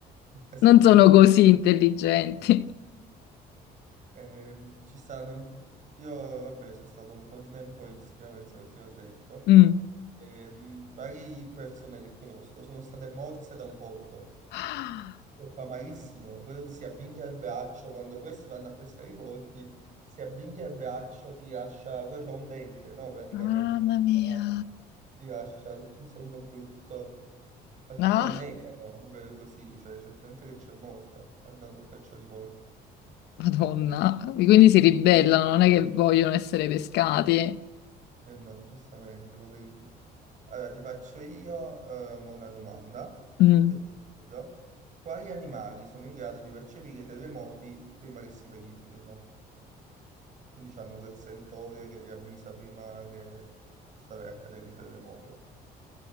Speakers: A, on the right (about 50°); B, on the left (about 80°).
A: e so
B: non
A: pure
B: sono
A: buono.
B: così intelligenti. <laughs>
A: Ehm, ci stanno... Io, vabbè, sono stato un po' di tempo a Ischia, penso che te l'ho detto.
B: Mm.
A: Ehm, varie persone che conosco sono state morse da un polpo.
B: Ah,
A: Lo Fa malissimo, quello ti si avvinghia il braccio, quando questi vanno a pescare i porpi, si avvinghia il braccio, ti lascia, quello c'ha un dente, no, praticamente,
B: Mamma
A: dove sta-
B: mia.
A: ti lascia tutto un segno brutto. Alcuni
B: Ah,
A: annegano, per così, cioè c'è gente che c'è morta andando a caccia di porpi.
B: Madonna. Quindi si ribellano, non è che vogliono essere pescati.
A: Eh no, giustamente, poverini. Allora, ti faccio io eh, mo una domanda
B: Mm.
A: e ti chiedo, quali animali sono in grado di percepire i terremoti prima che si verifichino? Quindi hanno quel sensore che vi avvisa prima che sta per accadere un terremoto.